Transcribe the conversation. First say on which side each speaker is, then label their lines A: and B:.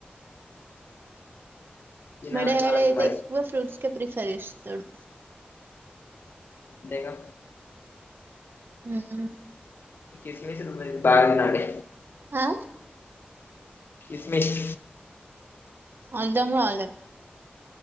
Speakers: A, on the left; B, on the right.
A: తినాలి
B: మా డాడ్
A: బాగా
B: అయితే
A: మరి
B: ఎక్కువ ఫ్రూట్స్ కే ప్రిఫర్ చేస్తాడు
A: అంతేగా
B: ఉమ్
A: కిస్మిస్లు ఉంటాయి <inaudible> బాగా తినండి
B: ఆ
A: కిస్మిస్
B: అర్థం కాలే